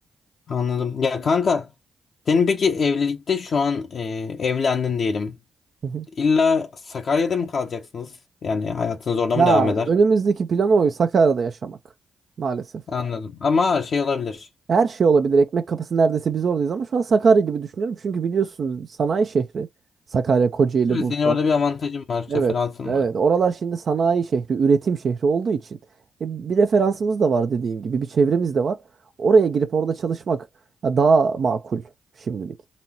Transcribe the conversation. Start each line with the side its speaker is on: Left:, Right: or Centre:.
Left: Anladım. Ya kanka senin peki evlilikte şu an e, evlendin diyelim.
Right: Hı hı.
Left: İlla Sakarya'da mı kalacaksınız? Yani hayatınız orada
Right: Ya
Left: mı devam eder?
Right: önümüzdeki plan o. Sakarya'da yaşamak. Maalesef.
Left: Anladım. Ama her şey olabilir.
Right: Her şey olabilir. Ekmek kapısı neredeyse biz oradayız ama şu an Sakarya gibi düşünüyorum. Çünkü biliyorsunuz sanayi şehri. Sakarya, Kocaeli,
Left: Evet,
Right: Bursa.
Left: Senin orada bir avantajın var,
Right: Evet,
Left: referansın
Right: evet.
Left: var.
Right: Oralar şimdi sanayi şehri, üretim şehri olduğu için. E, bir referansımız da var dediğin gibi. Bir çevremiz de var. Oraya girip orada çalışmak ya, daha makul şimdilik.